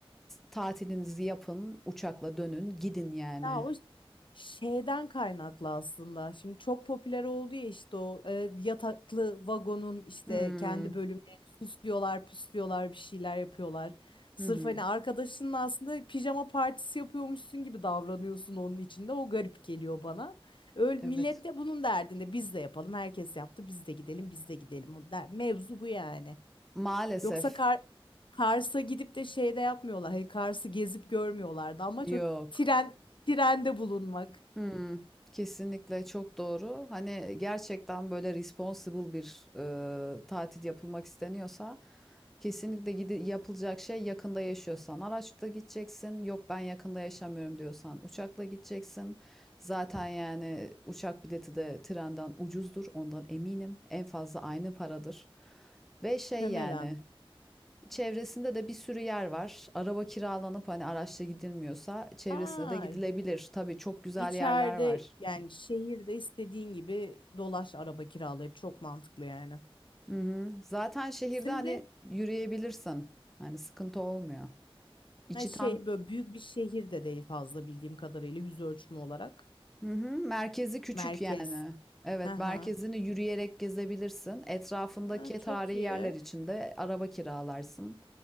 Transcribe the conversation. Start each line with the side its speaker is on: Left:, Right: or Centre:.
Centre: tatilinizi yapın, uçakla dönün, gidin yani.
Left: Ya o Şeyden kaynaklı aslında. Şimdi çok popüler oldu ya işte o e, yataklı vagonun işte
Centre: Hmm,
Left: kendi bölümlerini süslüyorlar, püslüyorlar, bir şeyler yapıyorlar. Sırf
Centre: Hı hı.
Left: hani arkadaşının aslında pijama partisi yapıyormuşsun gibi davranıyorsun onun içinde. O garip geliyor bana. Öyle
Centre: Evet.
Left: millet de bunun derdinde biz de yapalım. Herkes yaptı. Biz de gidelim, biz de gidelim. O der- Mevzu bu yani.
Centre: Maalesef
Left: Yoksa Kar Kars'a gidip de şeyde yapmıyorlar. Hani Kars'ı gezip görmüyorlardı. Amaç
Centre: yok.
Left: o tren trende bulunmak.
Centre: Hmm, kesinlikle çok doğru. Hani gerçekten böyle responsible bir e, tatil yapılmak isteniyorsa kesinlikle gidi yapılacak şey yakında yaşıyorsan. Araçla gideceksin. Yok ben yakında yaşamıyorum diyorsan uçakla gideceksin. Zaten yani uçak bileti de trenden ucuzdur. Ondan eminim. En fazla aynı paradır. Ve şey
Left: Temelen.
Centre: yani Çevresinde de bir sürü yer var. Araba kiralanıp hani araçla gidilmiyorsa çevresine
Left: Aa,
Centre: de gidilebilir. Tabii çok güzel
Left: içeride
Centre: yerler var.
Left: yani şehirde istediğin gibi dolaş araba kiralayıp çok mantıklı yani.
Centre: Hı hı. Zaten şehirde
Left: Bizim
Centre: hani
Left: de
Centre: yürüyebilirsin. Hani sıkıntı olmuyor. İçi
Left: ha şey
Centre: tam
Left: böyle büyük bir şehir de değil fazla bildiğim kadarıyla yüz ölçümü olarak.
Centre: hı hı. Merkezi küçük
Left: Merkez.
Centre: yani. Evet,
Left: Aha.
Centre: merkezini yürüyerek gezebilirsin. Etrafındaki
Left: Ha, çok
Centre: tarihi
Left: iyi.
Centre: yerler için de araba kiralarsın.